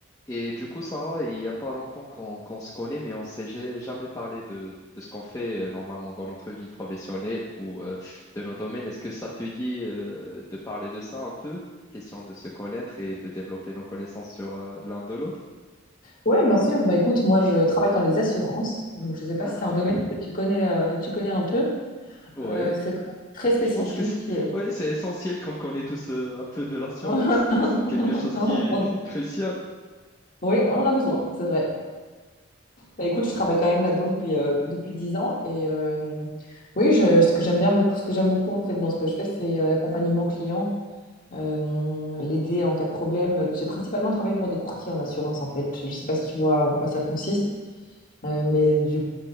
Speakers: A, on the left (about 15°); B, on the left (about 45°).
A: Et du coup, Sarah, il n'y a pas longtemps qu'on qu'on se connaît, mais on s'est ja- jamais parlé de, de ce qu'on fait euh, normalement dans notre vie professionnelle ou euh, de nos domaines. Est-ce que ça te dit euh, de parler de ça un peu? Question de se connaître et de développer nos connaissances sur euh, l'un de l'autre.
B: Oui, bien sûr. Bah, écoute, moi, je travaille dans les assurances. Donc, je ne sais pas
A: D'accord.
B: si c'est un domaine que tu connais, euh, tu connais un peu.
A: Oui,
B: Euh, c'est quand même très spécifique.
A: je pense que c'est
B: et-
A: ouais, c'est essentiel qu'on connaît tous euh, un peu de l'assurance.
B: <laughs>
A: <laughs> Bah, C'est quelque chose qui
B: On-
A: est <laughs> crucial.
B: Oui,
A: Mhm.
B: on en a besoin, c'est vrai. Bah écoute, je travaille quand même là-dedans depuis, euh, depuis 10 ans. Et euh, oui, je- ce que j'aime bien beaucoup, ce que j'aime beaucoup en fait dans ce que je fais, c'est euh, l'accompagnement client, euh, l'aider en cas de problème. J'ai principalement travaillé pour des courtiers en assurance en fait. Je ne sais pas si tu vois
A: D'accord.
B: en quoi ça consiste. euh, mais du-